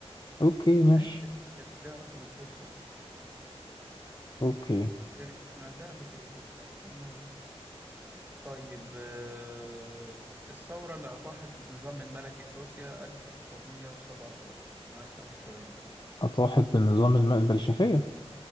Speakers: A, on the left; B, on the right.
A: اوكي
B: مش
A: ماشي
B: عارف كانت كانت ليها علاقه بالفرس ولا لا
A: اوكي
B: بس يعني سمعتها قبل كده كذا مره المهم طيب آه، الثوره اللي اطاحت بالنظام الملكي في روسيا 1917 معاك خمس ثواني
A: اطاحت بالنظام الماء البلشفيه